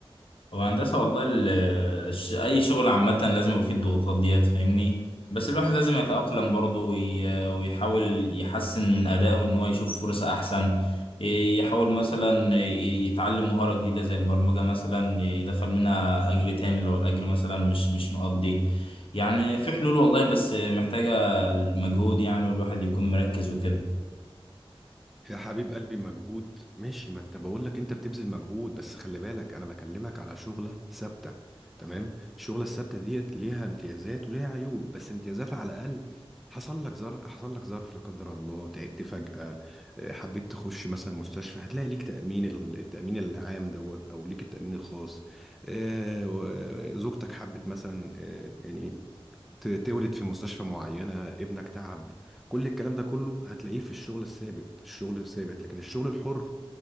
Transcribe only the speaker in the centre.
يا حبيب قلبي مجهود ماشي ما انت بقول لك انت بتبذل مجهود بس خلي بالك انا بكلمك على شغلة ثابتة تمام الشغلة الثابتة ديت ليها امتيازات وليها عيوب بس امتيازات على الاقل حصل لك ظرف حصل لك ظرف لا قدر الله تعبت فجأة اه، حبيت تخش مثلا مستشفى هتلاقي ليك تأمين ال- التأمين العام دوت او ليك التأمين الخاص اه، و- اه، زوجتك حبت مثلا اه، يعني ت- تولد في مستشفى معينة ابنك تعب كل الكلام ده كله هتلاقيه في الشغل الثابت الشغل الثابت لكن الشغل الحر